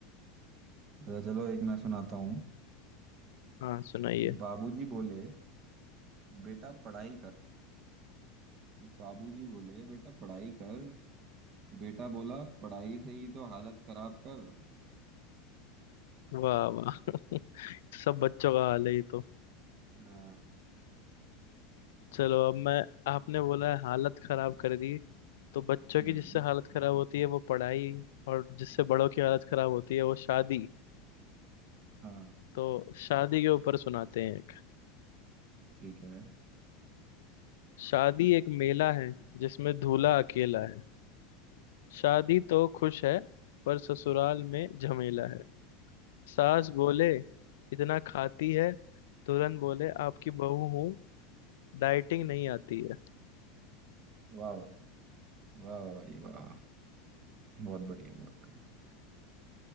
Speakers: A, on the right (about 40°); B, on the left (about 85°).
A: तो चलो एक मैं सुनाता हूँ
B: हाँ सुनाइए
A: बाबूजी बोले बेटा पढ़ाई कर बाबूजी बोले बेटा पढ़ाई कर बेटा बोला पढ़ाई से ही तो हालत खराब कर
B: वाह वाह <laughs> सब बच्चों का हाल है ये तो
A: हाँ
B: चलो अब मैं आपने बोला है हालत खराब कर दी तो बच्चों
A: हम्म
B: की जिससे हालत खराब होती है वो पढ़ाई और जिससे बड़ों की हालत खराब होती है वो शादी
A: हाँ
B: तो शादी के ऊपर सुनाते हैं एक
A: ठीक है
B: शादी एक मेला है जिसमें दूल्हा अकेला है शादी तो खुश है पर ससुराल में झमेला है सास बोले इतना खाती है तुरंत बोले आपकी बहू हूँ डाइटिंग नहीं आती है
A: वाह वाह वाह वाह भाई वाह वाह। बहुत बढ़िया बहुत बढ़िया